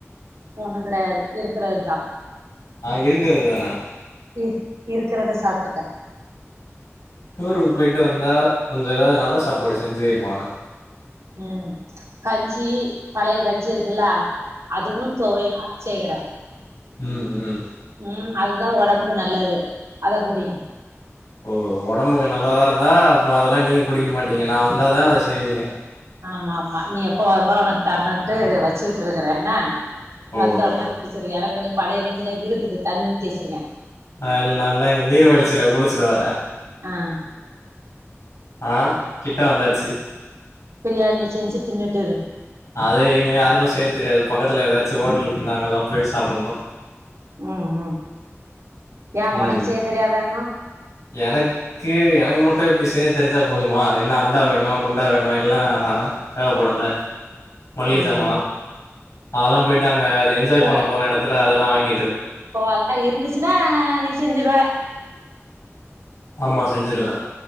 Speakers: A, on the right; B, on the left.
A: ஒண்ணு கெடையாது இருக்கறது தான்
B: ஆ இருக்கிறது தானா
A: இ இருக்கிறத சாப்டுக்க
B: டூருக்கு போயிட்டு வந்தா கொஞ்சம் ஏதாவது நல்லா சாப்பாடு செஞ்சு வைமா
A: உம் கஞ்சி பழைய கஞ்சி இருக்குல்லா அதுவும் துவையலும் அரைச்சி வெக்கிறேன்
B: உம் உம்
A: உம் அதுதான் உடம்புக்கு நல்லது அத குடி
B: ஓ உடம்புக்கு நல்லதா இருந்தா அப்போ அதெல்லா நீங்க குடிக்க மாட்டீங்க நான் வந்தாதான் அத செய்வீங்க
A: ஆமா ஆமா நீ எப்ப வருவா உனக்கு தரணுட்டு வச்சுக்கிட்டு இருக்கறே என்ன நீ
B: ஓஹோ
A: வந்த உடனே புடுச்சுரு எனக்கு கொஞ்சோ பழைய கஞ்சின இருக்குது தண்ணி ஊத்தி வச்சிருக்கேன்
B: ஆஹ் நா நல்லா இங்க நீர்வளச்சில குளிச்சுட்டு வரே
A: ஆஹ்
B: ஆஹ் கிட்ட வந்தாச்சு
A: பிரியாணி செஞ்சு தின்னுட்டு இரு
B: அது எங்க யாருக்கும் செய்ய தெரியாது பக்கத்துல ஏதாச்சு ஓட் டல் இருந்தா அங்கதான் போய் சாப்படணும்
A: உம் உம் ஏன்
B: ம்
A: ஒனக்கு செய்ய தெரியாதாங்கு
B: எனக்கு எனக்கு மட்டு இப்டி செய்ய தெரிஞ்சா போதுமா அது என்ன அண்டா வேணும் குண்டா வேணும் எல்லா தேவப்படும் இல்ல மளிகஜாமான்
A: ம் ம்
B: அதெல்லா போயிட்டு அங்க அது என்ஜாய்
A: ஓ
B: பண்ண போன எடத்தல ல்ல அதெல்லா வாங்கி
A: ஓ அதுலா இருந்துச்சுன்னா நீ செஞ்சிருவ
B: ஆமா செஞ்சிருவேன்